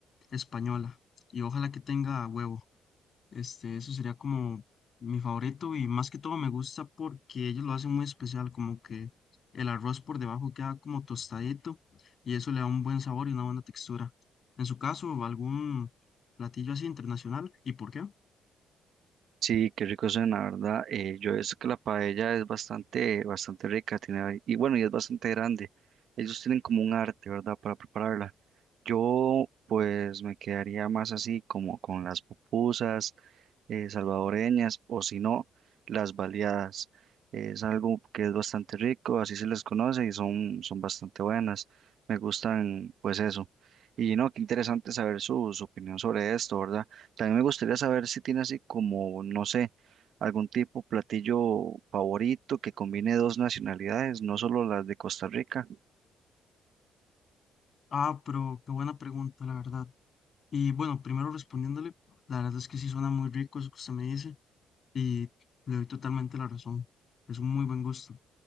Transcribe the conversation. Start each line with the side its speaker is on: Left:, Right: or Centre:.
Left: española y ojalá que tenga huevo. Este, eso sería como mi favorito y más que todo me gusta porque ellos lo hacen muy especial, como que el arroz por debajo queda como tostadito y eso le da un buen sabor y una buena textura. En su caso, ¿algún platillo así internacional? ¿Y por qué?
Right: Sí, qué rico suena, ¿verdad? Eh, yo he visto que la paella es bastante, bastante rica, tiene, ahí- y bueno, y es bastante grande. Ellos tienen como un arte, ¿verdad? Para prepararla. Yo, pues, me quedaría más así como con las pupusas eh, salvadoreñas o si no, las baleadas. Es algo que es bastante rico, así se les conoce y son, son bastante buenas. Me gustan, pues, eso. Y no, qué interesante saber su, su opinión sobre esto, ¿verdad? También me gustaría saber si tiene así como, no sé, algún tipo platillo favorito que combine dos nacionalidades, no solo las de Costa Rica.
Left: Ah, pero qué buena pregunta, la verdad. Y bueno, primero respondiéndole, la verdad es que sí suena muy rico eso que usted me dice y le doy totalmente la razón. Es un muy buen gusto.